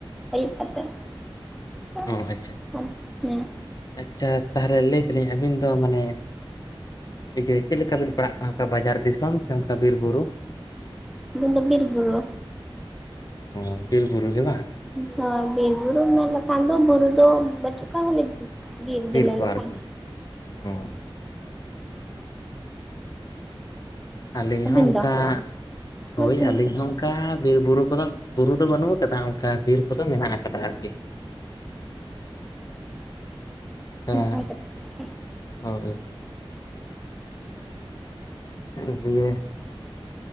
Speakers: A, in the centre; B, on the left.
A: ᱟᱹᱭᱩᱵ ᱠᱟᱛᱮᱫ ᱛᱚ
B: ᱚ ᱟᱪᱪᱷᱟ, ᱟᱪᱪᱷᱟ
A: ᱦᱮᱸ
B: ᱟᱪᱪᱷᱟ ᱛᱟᱦᱞᱮ ᱞᱟᱹᱭ ᱫᱟᱞᱤᱧ ᱟᱹᱵᱤᱱ ᱫᱚ ᱢᱟᱱᱮ ᱮᱡᱮ ᱪᱮᱫ ᱞᱮᱠᱟᱵᱤᱱ ᱯᱟᱲᱟᱜ ᱠᱟᱱᱟ ᱚᱱᱠᱟ ᱵᱟᱡᱟᱨ ᱫᱤᱥᱚᱢ ᱥᱮ ᱚᱱᱠᱟ ᱵᱤᱨ ᱵᱩᱨᱩ
A: ᱤᱧ ᱫᱚ ᱵᱤᱨᱼᱵᱩᱨᱩ
B: ᱚᱸ ᱵᱤᱨ ᱵᱩᱨᱩ ᱜᱮ ᱵᱟᱝ
A: ᱱᱚᱶᱟ ᱵᱤᱨᱼᱵᱩᱨᱩ ᱢᱮᱱ ᱞᱮᱠᱷᱟᱱ ᱫᱚ ᱵᱩᱨᱩ ᱫᱚ ᱵᱟᱹᱪᱩᱜ ᱠᱷᱟᱭ ᱨᱮᱦᱚᱸ ᱵᱤᱨ ᱜᱮᱞᱮ
B: ᱠᱚ
A: ᱞᱮᱠᱷᱟᱭᱟ
B: ᱟᱨᱠᱤ ᱚ ᱟᱹᱞᱤᱧ
A: ᱟᱹᱵᱤᱱ
B: ᱦᱚᱸ ᱚᱱᱠᱟ
A: ᱫᱚ
B: ᱦᱚᱭ
A: ᱦᱮᱸ
B: ᱟᱹᱞᱤᱧ ᱦᱚᱸ ᱚᱱᱠᱟ ᱵᱤᱨᱼᱵᱩᱨᱩ ᱠᱚᱫᱚ ᱵᱩᱨᱩ ᱫᱚ ᱵᱟᱹᱱᱩᱜ ᱟᱠᱟᱫᱟ ᱚᱱᱠᱟ ᱵᱤᱨ ᱠᱚᱫᱚ ᱢᱮᱱᱟᱜ ᱟᱠᱟᱫᱟ ᱟᱨᱠᱤ ᱟᱸ
A: ᱱᱟᱯᱟᱭ ᱠᱟᱛᱷᱟ
B: ᱦᱚᱭ ᱮᱸᱲ ᱵᱤᱭᱮ